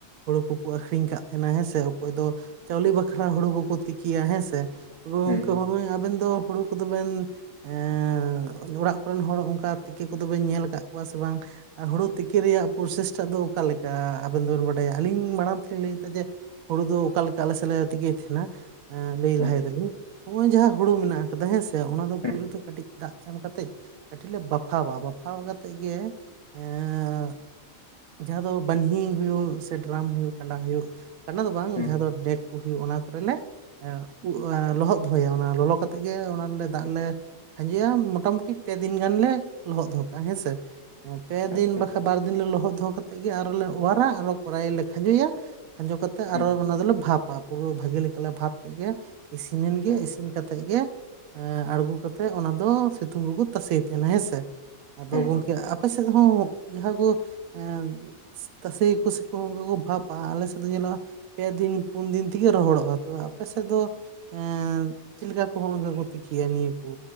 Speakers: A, on the right; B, on the left.
A: ᱦᱳᱲᱳ ᱠᱚᱠᱚ, ᱟᱹᱠᱷᱨᱤᱧ ᱠᱟᱜ ᱛᱟᱦᱮᱱᱟ ᱾ ᱦᱮᱸ ᱥᱮ, ᱚᱠᱚᱭ ᱫᱚ ᱪᱟᱣᱞᱮ ᱵᱟᱠᱷᱨᱟ ᱦᱳᱲᱳ ᱠᱚᱠᱚ, ᱛᱤᱠᱤᱭᱟ ᱾ᱦᱮᱸ ᱥᱮ, <unintelligible>
B: ᱦᱩᱸ ᱦᱩᱸ
A: ᱟᱵᱮᱱ ᱫᱚ, ᱦᱳᱲᱳ ᱠᱚᱫᱚ ᱵᱮᱱ ᱮᱸ ᱚᱲᱟᱜ ᱠᱚᱨᱮᱱ ᱦᱚᱲ, ᱚᱱᱠᱟ ᱛᱮᱠᱮ ᱠᱚᱫᱚ ᱵᱮᱱ, ᱧᱮᱞ ᱟᱠᱟᱫ ᱠᱚᱣᱟ ᱥᱮ, ᱵᱟᱝ? ᱟ ᱦᱳᱲᱳ ᱛᱮᱠᱮ ᱨᱮᱭᱟᱜ, ᱯᱳᱨᱥᱮᱥ ᱴᱟᱜ ᱫᱚ, ᱚᱠᱟ ᱞᱮᱠᱟ ᱟᱵᱮᱱ, ᱫᱚᱵᱮᱱ ᱵᱟᱰᱟᱭᱟ ᱾ ᱟᱹᱞᱤᱧ ᱢᱟᱲᱟᱝ ᱛᱮᱞᱤᱧ ᱞᱟᱹᱭ ᱮᱫᱟ ᱡᱮ ᱦᱳᱲᱳ ᱫᱚ, ᱚᱠᱟ ᱞᱤᱠᱟ ᱟᱞᱮ ᱥᱮᱫ ᱞᱮ ᱛᱮᱠᱮᱭᱮᱫ ᱛᱟᱦᱮᱱᱟ ᱾ ᱞᱟᱹᱭ
B: ᱦᱩᱸ
A: ᱞᱟᱦᱟᱭ ᱮᱫᱟ ᱞᱤᱧ, ᱱᱚᱜ ᱚᱭ ᱡᱟᱦᱟᱸ ᱦᱳᱲᱳ ᱢᱮᱱᱟᱜ ᱟᱠᱟᱫᱟ, ᱦᱮᱸᱥᱮ ᱾ ᱚᱱᱟ ᱫᱚ
B: ᱦᱩᱸ
A: ᱯᱳᱭᱞᱳ ᱛᱮ, ᱠᱟᱹᱴᱤᱡ ᱫᱟᱜ ᱮᱢ ᱠᱟᱛᱮᱫ, ᱠᱟᱹᱴᱤᱡ ᱞᱮ ᱵᱟᱯᱷᱟᱣᱟ, ᱵᱟᱯᱷᱟᱣ ᱠᱟᱛᱮᱜ ᱜᱮ ᱮᱸᱻ ᱡᱟᱦᱟᱸ ᱫᱚ, ᱵᱟᱹᱱᱦᱤ ᱦᱳᱭᱳᱜ ᱥᱮ, ᱰᱨᱟᱢ ᱦᱳᱭᱳᱜ, ᱠᱟᱸᱰᱟ ᱦᱳᱭᱳᱜ ᱠᱟᱸᱰᱟ ᱫᱚ ᱵᱟᱝ,
B: ᱦᱩᱸ
A: ᱡᱟᱦᱟᱸ ᱫᱚ ᱰᱮᱠ ᱠᱚ ᱦᱩᱭᱩᱜ, ᱚᱱᱟ ᱠᱚᱨᱮ ᱞᱮ ᱮᱸᱜ, ᱩᱜ ᱞᱚᱦᱚᱫ ᱦᱩᱭᱳᱜᱼᱟ, ᱚᱱᱟ ᱞᱚᱞᱚ ᱠᱟᱛᱮᱜ ᱜᱮ, ᱚᱱᱟ ᱞᱮ ᱫᱟᱜ ᱞᱮ ᱠᱷᱟᱸᱡᱩᱭᱟ, ᱢᱚᱴᱟ ᱢᱩᱴᱤ ᱯᱮ ᱫᱤᱱ ᱜᱟᱱ ᱞᱮ, ᱞᱚᱦᱚᱫ ᱫᱚᱦᱚ ᱠᱟᱜᱼᱟ ᱦᱮᱸᱥᱮ ᱾ ᱯᱮ ᱫᱤᱱ
B: ᱟᱪᱪᱷᱟ
A: ᱵᱟᱠᱷᱟᱱ, ᱵᱟᱨ ᱫᱤᱱ ᱞᱮ, ᱞᱚᱦᱚᱫ ᱫᱚᱦᱚ ᱠᱟᱛᱮᱫ ᱜᱮ, ᱟᱨᱚ ᱞᱮ ᱚᱣᱟᱨᱟ, ᱟᱨᱚ ᱠᱚᱨᱟᱭ ᱨᱮᱞᱮ ᱠᱷᱟᱸᱡᱚᱭᱟ ᱠᱷᱟᱸᱡᱚ ᱠᱟᱛᱮᱫ
B: ᱦᱩᱸ
A: ᱟᱨᱚ, ᱚᱱᱟ ᱫᱚᱞᱮ ᱵᱷᱟᱯᱼᱟ, ᱯᱩᱨᱟᱹ ᱵᱷᱟᱹᱜᱤ ᱞᱮᱠᱟ ᱞᱮ ᱵᱷᱟᱯ ᱠᱮᱫ ᱜᱮ ᱤᱥᱤᱱ ᱮᱱ ᱜᱮ,
B: ᱦᱩᱸ
A: ᱤᱥᱤᱱ ᱠᱟᱛᱮᱜ ᱜᱮ ᱟᱬᱜᱩ ᱠᱟᱛᱮᱜ, ᱚᱱᱟ ᱫᱚ ᱥᱤᱛᱩᱝ ᱨᱮᱜᱩ ᱛᱟᱥᱮᱭ ᱛᱟᱦᱮᱱᱟ ᱦᱮᱸᱥᱮ, ᱟᱫᱚ
B: ᱦᱩᱸ
A: ᱜᱚᱢᱠᱮ
B: ᱦᱩᱸ
A: ᱪᱮᱫ ᱦᱚᱸ, ᱡᱟᱦᱟᱸ ᱜᱳ, <unintelligible> ᱮᱸᱻ ᱛᱟᱥᱮ ᱭᱟᱠᱚ ᱥᱮᱠᱩ ᱚᱱᱠᱟ ᱠᱚ ᱵᱷᱟᱯᱼᱟ, ᱟᱞᱮ ᱥᱮᱫ ᱫᱚ ᱧᱮᱞᱚᱜᱼᱟ ᱯᱮ ᱫᱤᱱ, ᱯᱩᱱ ᱫᱤᱱ ᱛᱮᱜᱮ, ᱨᱚᱦᱚᱲᱚᱜᱼᱟ, ᱛᱚᱵᱮ ᱟᱯᱮ ᱥᱮᱫ ᱫᱚ ᱮᱸᱻ, ᱪᱮᱫ ᱞᱤᱠᱟ ᱠᱚ, ᱦᱩᱲᱩ ᱠᱚ ᱠᱚ ᱛᱤᱠᱤᱭᱟ, ᱱᱤᱭᱟᱹ ᱠᱩ